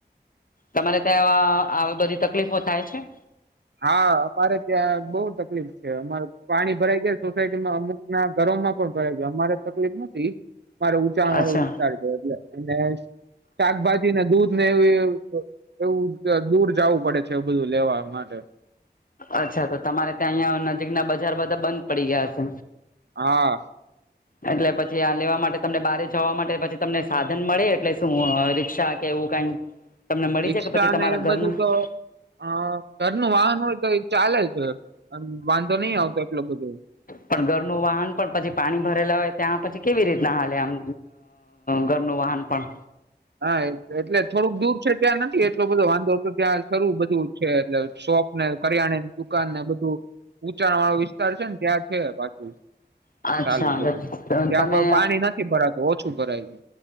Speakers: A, on the left (about 50°); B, on the right (about 75°).
A: તમારે ત્યાં આવી બધી તકલીફો થાય છે.
B: હા અમારે ત્યાં બઉુ તકલીફ છે અમારે પાણી ભરાઈ ગયા સોસાયટીમાં અમુક ના ઘરોમાં પણ ભયો ગ અમારે તકલીફ નથી મારે ંચાણ
A: અચ્છા
B: વાળો વિસ્તાર છે એટલે અને શાકભાજીને દૂધ ને એ એવું દૂર જવું પડે છે એવું બધું લેવા માટે
A: અચ્છા તો તમારે ત્યાં અહં નજીક ના બજાર બધા બંધ પડી ગયા છે.
B: હા
A: હ એટલે પછી આ લેવા માટે તમને બારે જવા માટે પછી તમને સાધન મળે એટલે શું રી્ષા કે એવું કઈ <inaudible>
B: રિક્ષા
A: જાય કે પછી તમારા
B: ને એ બધું
A: ઘરના
B: તો અ ઘર ન વાહન હોય તો એ ચાલે છે વાંધો નઈ આવતો એટલો બધો
A: પણ ઘરનું વાહન પણ પછી પાણી ભરેલા હોય ત્યાં પછી કેવી રીતના હાલે આમ ઘરનું વાહન પણ
B: હા એટલે થોડુંક દૂર છે ત્યાં નથી એટલો બધો વાંધો તો ત્યાં શારું બધું છે એટલે શોપ કરિયાણાની દુકાન ને બધું ઊંચાણ વાળો વિસ્તાર છે ને ત્યાં છે પાછું
A: અચ્છા
B: ચાલું બોલું ત્યાં
A: તમે
B: પણ પાણી નથી ભરાતું ઓછું ભરાય